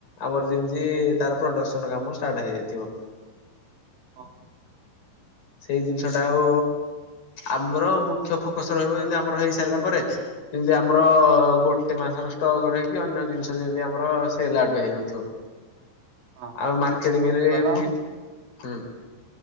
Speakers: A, on the left; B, on the right.
A: ଆମର ଯେମିତି ତାର ପ୍ରଡକ୍ସନ କାମ ଷ୍ଟାର୍ଟ ହେଇଯାଇଥିବ।
B: ହଁ।
A: ସେଇ ଜିନିଷ ଟା ଆଉ ଆମର ମୁଖ୍ୟ ଫୋକସ ରହିବ ଯେମତି ଆମର ହେଇ ସାରିଲା ପରେ ଯେମିତି ଆମର ଗୋଟେ ମାସର ଷ୍ଟକ ରହିକି ଅନ୍ୟ ଜିନିଷ ଯେମିତି ଆମର ହଁ ସେ ଲାଡୁ ହେଇଯାଉଥିବ
B: ହଁ
A: ଆଉ ମାର୍କେଟିଙ୍ଗରେ
B: କଣ କହୁଥିଲି କହିଲ
A: ଏମିତି ହୁଁ।